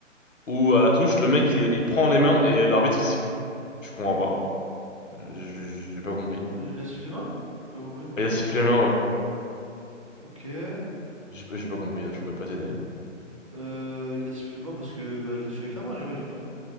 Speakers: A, on the left; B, on the right.
A: ou à la touche, le mec il, il prend les mains et l'arbitre il siffle. Je comprends pas. Je- J'ai pas compris.
B: Euh, Il a sifflé main? J'ai pas compris.
A: Il a sifflé les mains, ouais.
B: Ok. Euh,
A: J'ai pas j'ai pas compris, là, je pourrais pas t'aider.
B: il a sifflé main parce que bah, il l'a touché avec la main, j'imagine, non?